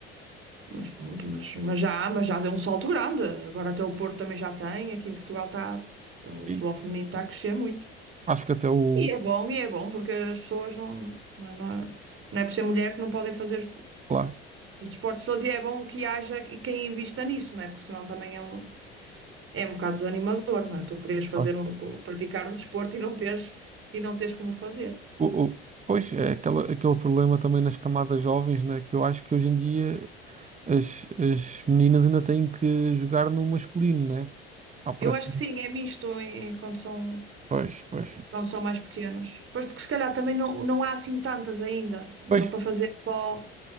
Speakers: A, on the right; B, on the right.
A: Mas pronto, mas, mas já, há, mas já deu um salto grande. Agora até o Porto também já tem, aqui em Portugal está, então, o
B: Sim.
A: futebol feminino está a crescer muito.
B: Acho que até o,
A: E é bom, e é bom, porque as pessoas não, não, é, não é não é por ser mulher que não podem fazer
B: claro,
A: os desportos todos, e é bom que haja e quem invista nisso, não é? Porque senão também é um, É um bocado desanimador, não é? Tu querias fazer
B: claro.
A: um, praticar um desporto e não teres, e não teres como fazer.
B: O, o- pois é aquela, aquele problema também nas camadas jovens, né? Que eu acho que hoje em dia as, as meninas ainda têm que jogar no masculino, né? Há para...
A: Eu acho que sim, é misto em, em- quando são,
B: Pois, pois.
A: quando são mais pequenos. Pois porque se calhar também não, não há assim tantas ainda. Então
B: Pois,
A: para fazer só,